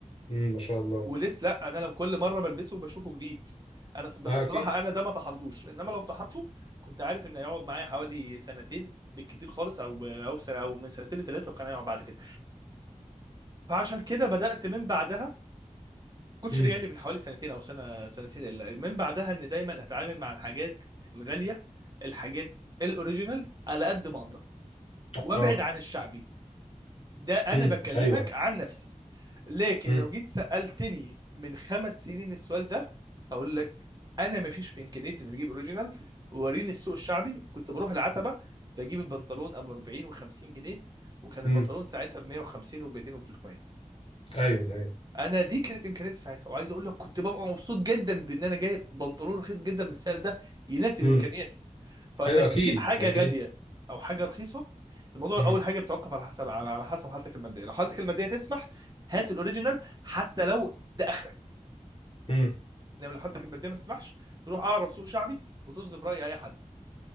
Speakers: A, on the left; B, on the right.
A: امم ما شاء الله
B: ولسه لا انا لما كل مره بلبسه بشوفه جديد انا س- بس
A: اه
B: الصراحه
A: اكيد
B: انا ده ما طحنتوش انما لو طحنته كنت عارف ان هيقعد معايا حوالي سنتين بالكتير خالص او ب- او سنه او من سنتين لثلاثه وكان هيقعد بعد كده فعشان كده بدات من بعدها كنتش
A: امم
B: جاي لي من حوالي سنتين او سنه سنتين الا من بعدها ان دايما اتعامل مع الحاجات الغاليه الحاجات الاوريجينال على قد ما اقدر وابعد
A: اه
B: عن الشعبي ده انا
A: امم
B: بكلمك
A: ايوه
B: عن نفسي لكن
A: امم
B: لو جيت سألتني من خمس سنين السؤال ده هقول لك انا ما فيش في امكانيتي اني اجيب اوريجينال وريني السوق الشعبي كنت بروح العتبه بجيب البنطلون ابو 40 و50 جنيه وكان البنطلون
A: امم
B: ساعتها ب 150 و200 و300
A: ايوه ايوه
B: انا دي كانت امكانياتي ساعتها وعايز اقول لك كنت ببقى مبسوط جدا بان انا جايب بنطلون رخيص جدا بالسعر ده يناسب
A: امم
B: امكانياتي فانك
A: ايوه اكيد
B: تجيب حاجه
A: اكيد
B: غاليه او حاجه رخيصه الموضوع
A: امم
B: اول حاجه بيتوقف على حسب على على حسب حالتك الماديه لو حالتك الماديه تسمح هات الاوريجينال حتى لو ده اخرك
A: امم
B: انما لو حالتك الماديه ما تسمحش تروح اقرب سوق شعبي وتصدف راي اي حد